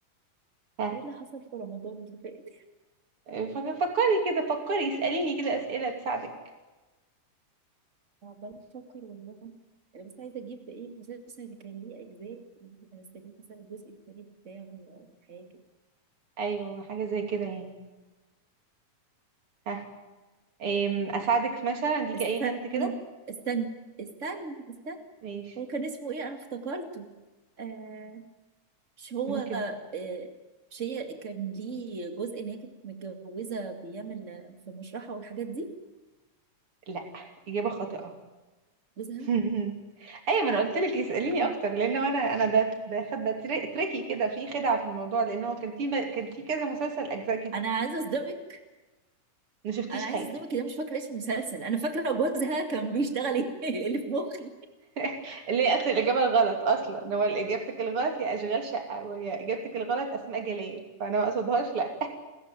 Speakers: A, on the right; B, on the right.
A: ها
B: ايه اللي حصل في رمضان اللي فات
A: فك- فكري كده فكري اسأليني كده اسئلة تساعدك
B: عمالة أفكر والله أنا بس عايزة أجيب إيه المسلسل اللي كان ليه أجزاء كنت هستجيب مثلا الجزء التاني بتاعه أو حاجة
A: ايوه حاجة زي كده يعني ها أم، اساعدك مثلا اديكي
B: استني
A: اي هنت كده
B: استني استني استني
A: ماشي
B: هو كان اسمه إيه أنا افتكرته آه مش هو
A: ممكن
B: آه مش هي كان ليه جزء إن هي كانت متجوزة بيعمل في مشرحة والحاجات دي
A: لا اجابة خاطئة
B: جوزها
A: <laughs> ايوه ما انا قلت لك اساليني
B: لهوي
A: اكتر لان انا انا ده ده خد ده تري- تريكي كده في خدعه في الموضوع لان هو كان في م- كان في كذا مسلسل اجزاء كتير
B: انا عايزه اصدمك
A: ما شفتيش
B: انا عايزه
A: حاجه
B: اصدمك إن انا مش فاكره اسم المسلسل انا فاكره جوزها كان بيشتغل ايه <laughs> اللي في مخي
A: <laughs> اللي هي اصلا الاجابه الغلط اصلا هو اجابتك الغلط هي اشغال شقه وهي اجابتك الغلط اسماء جلال فانا ما اقصدهاش لا